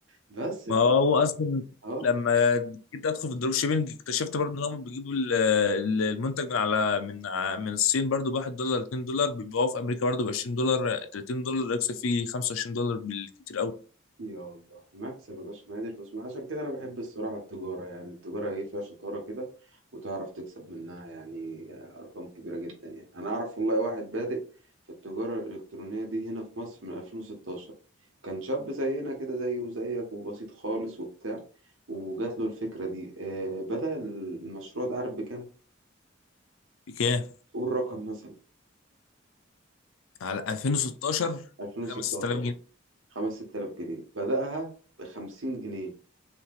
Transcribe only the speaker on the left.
ما
هو اصلا
لما جيت ادخل في الدروب شيبينج اكتشفت برضه ان هم بيجيبوا ال- ال- المنتج من على من ع- من الصين برضه ب 1 دولار 2 دولار بيبيعوه في امريكا برضه ب 20 دولار 30 دولار يكسب فيه 25 دولار بالكتير قوي
بكام؟
على 2016
5000 جنيه